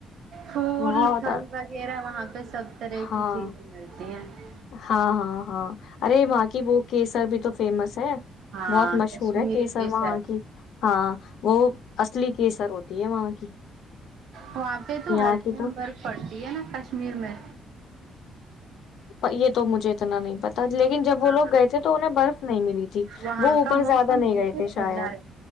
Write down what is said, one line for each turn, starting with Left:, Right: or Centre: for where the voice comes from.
Right: فول
Left: بہت
Right: فال بال میرا وہاں پہ سب
Left: ہاں
Right: طرح کی چیزیں ملتی <inaudible>
Left: ہاں ہاں ہاں ارے وہاں کی وہ کیسر بھی تو فیمس ہے
Right: ہاں
Left: بہت مشہور
Right: کشمیر
Left: ہے کیسر
Right: کے سائڈ
Left: وہاں کی ہاں وہ اصلی کیسر ہوتی ہے وہاں کی
Right: وہاں پہ تو
Left: یہاں
Right: ہر
Left: کی
Right: ٹائم
Left: تو
Right: برف پڑتی ہے نا کشمیر میں
Left: یہ تو مجھے اتنا نہیں پتا لیکن جب وہ
Right: ہاں
Left: لوگ گئے تھے تو انہیں برف نہیں ملی تھی
Right: وہاں
Left: وہ اوپر
Right: کا موسم
Left: زیادہ نہیں
Right: ہمیشہ
Left: گئے تھے
Right: ٹھنڈا
Left: شاید